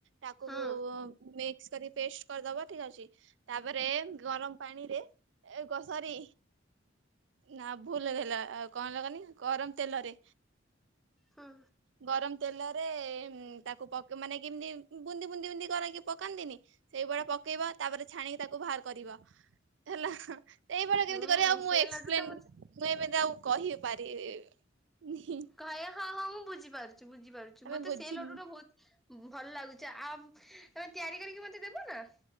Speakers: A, on the right; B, in the centre.
A: ତାକୁ
B: ହୁଁ
A: ପେଷ୍ଟ କରିଦବ। ଠିକ୍ ଅଛି। ତା ପରେ ଗରମ ପାଣିରେ ଏ କଅ ସରି। ନା, ଭୁଲ ହେଇଗଲା। ଆଉ କଣ ହେଲା କଅନି? ଗରମ ତେଲରେ
B: ହୁଁ।
A: ଗରମ ତେଲରେ, ତାକୁ ପକେ ମାନେ କେମିତି? ବୁନ୍ଦି ବୁନ୍ଦି ବୁନ୍ଦି କରକି ପକାନ୍ତିନି। ସେଇଭଳିଆ ପକେଇବ। ତା ପରେ ଛାଣିକି ତାକୁ ବାହାର କରିବ, ହେଲା। ଏଇ ଭଳିଆ
B: ହୁଁ
A: କେମିତି କରିବ? ଆଉ
B: ସେ
A: ମୁଁ ଏକ୍ସପ୍ଲେନ୍
B: ଲଡୁ ଟା ମତେ
A: ମୁଁ ଏମିତି ଆଉ କହି ପାରିବିିନି।
B: କହିବ ହଁ ହଁ, ମୁଁ ବୁଝିପାରୁଛି, ବୁଝିପାରୁଛି।
A: ତମେ
B: ମତେ
A: ବୁଝିନି
B: ସେଇ ଲଡୁଟା ବହୁତ ଭଲ ଲାଗୁଚି। ଆଉ ତମେ ତିଆରି କରିକି ମତେ ଦେବ ନା?